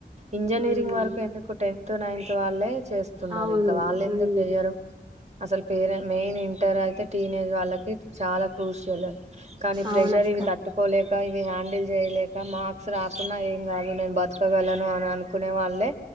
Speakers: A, on the right (about 40°); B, on the right (about 25°).
A: ఇంజనీరింగ్
B: ఉమ్
A: వరకు ఎందుకు టెన్త్ నైన్త్ టువాలేజ్ చేస్తున్నారు
B: అవును
A: ఇంకా వాలెన్డూకు
B: ఉమ్
A: చెయరు అసలు పేరె మెయిన్ ఇంటర్ అయితే టీనేజ్ వాళ్ళకి చాలా క్రూషియల్ కానీ ప్రెషర్
B: అవునక్క
A: ఇవి తట్టుకోలేక ఇవి హ్యాండిల్ జెయలేక మాక్స్ రాకుంన్నా ఏం గాదు నేను బతుక గలను అని అనుకునే వాళ్ళే